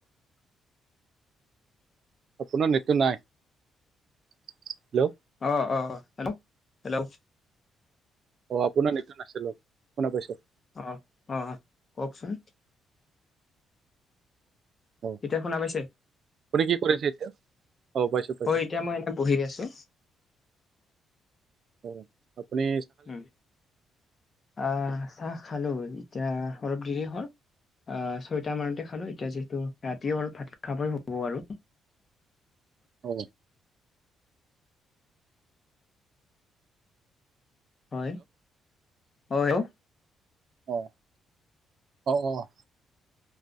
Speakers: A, on the right (about 50°); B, on the left (about 30°).
A: আপোনাৰ নেতটো নাই হেল্ল',
B: অ', অ', হেল্ল', -হেল্ল',
A: অ, আপোনাৰ নেতটো টো নাছিলে কোনে কইছে।
B: অ', অ', কওকচোন।
A: অ
B: এতিয়া শুনা পাইছে
A: আপুনি কি কৰিছে এতিয়া? অ পাইছো পাইছো।
B: হয় এতিয়া মই এনেই বহি আছো।
A: অ, আপনি
B: উম, আহ চাহ খালো এতিয়া অলপ দেৰি হ'ল অ, চ এটা মানতে খালো এতিয়া যিহেতু ৰাতি অলপ ভাত খাবই হ'ব আৰু।
A: হ'ব।
B: হয় - হয়।
A: অ', অ', অ',